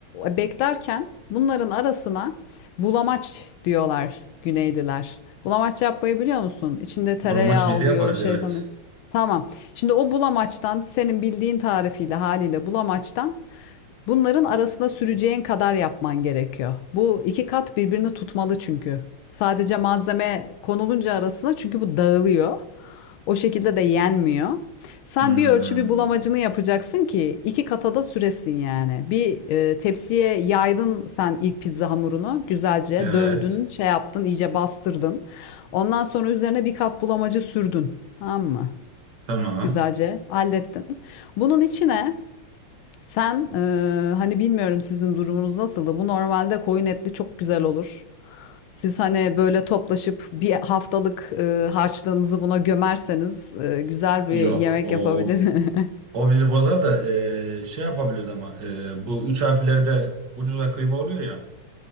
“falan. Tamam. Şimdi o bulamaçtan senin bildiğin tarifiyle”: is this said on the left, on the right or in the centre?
Left